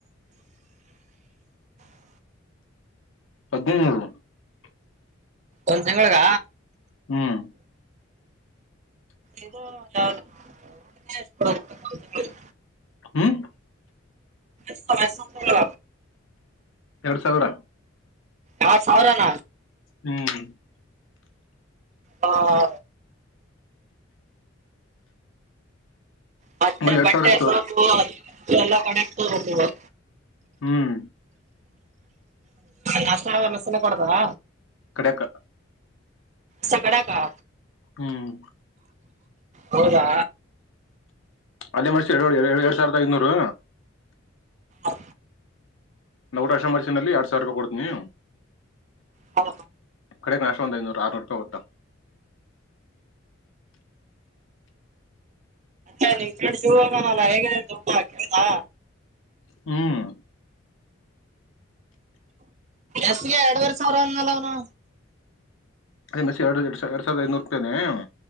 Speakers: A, on the right; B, on the left.
A: <inaudible>
B: ಅದೇ <unintelligible>
A: ಒಂದ್ ತಿಂಗಳಗ
B: ಹ್ಮ್
A: ಇದು ಯಾವ್ದು ಊಟಕ್ಕೆ ಎಷ್ಟು ಊಟಕ್ಕೆ ಒಂದ್ ತಿಂಗ್ಳಿಗೆ?
B: ಹ್ಮ್
A: ಸಮಯಸಂತ
B: ಎರಡ್ ಸಾವಿರ
A: ಹ ಸಾವರಾನ
B: ಹ್ಮ್
A: ಹಾ ಮತ್ತೆ
B: ಅಲ್ಲಿ ಎರಡ್
A: ಬಟ್ಟೆ
B: ಸಾವಿರ ಇತ್ತು
A: ಸೊಪು ಅದ ಎಲ್ಲ ಕನೆಕ್ಟ್ ಹ
B: ಹ್ಮ್
A: ನಾಷ್ಟ ಮೆಸನೆ ಕೊಡತಾವ
B: ಕಡಕ್ಕ
A: ಸಗಡ ಕ
B: ಹ್ಮ್
A: ಹೌದಾ
B: ಅದೇ ಮನಷ ಎರಡು ಎರಡ್ ಸಾವಿರದ ಐನೂರು
A: ಹ
B: ನಾರಾಷ ಮರ್ಸಿನಲ್ಲಿ ಎರಡ್ ಸಾವಿರ ರೂಪಾಯಿ ಕೊಡ್ತೀನಿ
A: ಹೌ
B: ಕಡೆ ಕ ನಾಶ ಒಂದ ಇನೂರು ಆರ್ನೂರು ರೂಪಾಯಿ ಹೊತ್ತ
A: ಅ ನೀ್ ಕಿ ಶುರುಗಾನಲ್ಲ ಹೇಗ ತುಂಬಾ ಕೇೇಳಸಾ
B: ಹ್ಮ್
A: ಎಸ್ಗೆ ಎರಡುವರೆ ಸಾವಿರ ಅಂದಲ್ಲ ಅವನು
B: ದು ಮ ಎರಡು ಎಡು ಎರಡ್ಾವಿರ ಐೂರು